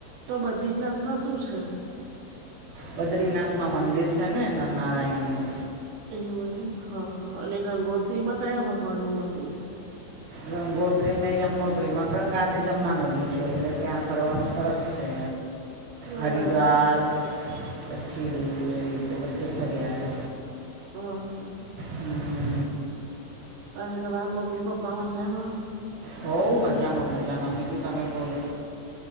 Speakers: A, on the right (about 90°); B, on the right (about 45°).
A: તો બદ્રીનાથમાં શું છે?
B: બદ્રીનાથ ના મંદિર છે ને નારાયણનું.
A: એવું એમ હા હા! અને ગંગોત્રીમાં કયા ભગવાનનું મંદિર છે?
B: ગંગોત્રી ને યમનોત્રી માં ગંગા અને જમુના નદી છે. એટલે ત્યાં. ફરવાનું સરસ છે.
A: બરાબર
B: હરિદ્વાર પછી એવી તો બધું ફરી આર્યા.
A: હા હા હા!
B: હમ!
A: અરે તમારા મમી પપ્પા મજેમા.
B: હો મજામાં મજામાં. બીજું તમે બોલો.